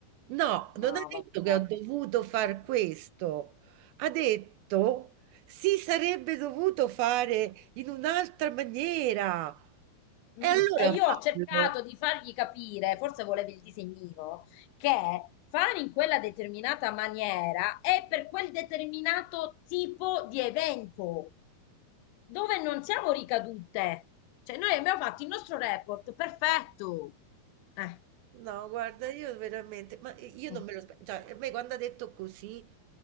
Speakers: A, on the right; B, on the left.
A: No, non
B: no,
A: ha detto
B: vabbè.
A: che ho dovuto far questo, ha detto si sarebbe dovuto fare in un'altra maniera. E
B: Mm,
A: allora
B: E io
A: fallo.
B: ho cercato di fargli capire, forse volevi il disegnino, che fare in quella determinata maniera è per quel determinato tipo di evento dove non siamo ricadute. Cioè, noi abbiamo fatto il nostro report, perfetto. Eh.
A: No, guarda, io veramente, ma io
B: Mm.
A: non me lo aspettavo, cioè, a me quando ha detto così